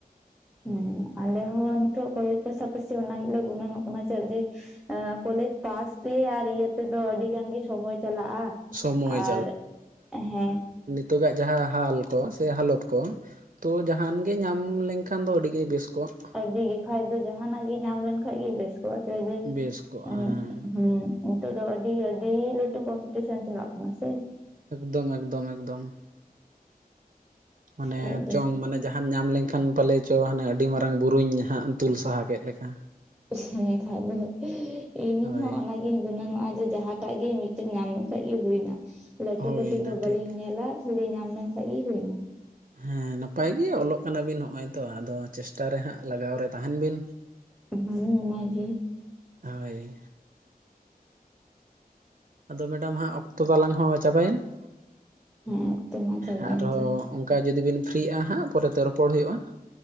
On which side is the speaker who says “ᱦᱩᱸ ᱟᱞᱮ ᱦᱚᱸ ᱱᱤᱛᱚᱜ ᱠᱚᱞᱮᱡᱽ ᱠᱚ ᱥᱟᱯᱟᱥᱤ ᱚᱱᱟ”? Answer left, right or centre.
Centre